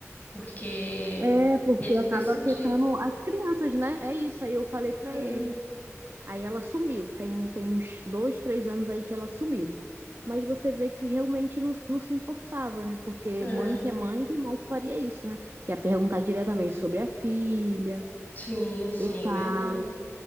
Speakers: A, on the left; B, on the right.
A: porque
B: É, porque
A: ele
B: acaba
A: vai sentir.
B: afetando as crianças, né? É isso, aí eu falei pra
A: Ah,
B: ele. Aí ela sumiu. Tem, um- tem uns dois, três anos aí que ela sumiu. Mas você vê que realmente não, não se importava, né? Porque
A: ah,
B: mãe que é mãe jamais faria isso, né? Ia perguntar diretamente sobre a filha
A: Sim, sim,
B: e tal.
A: verdade.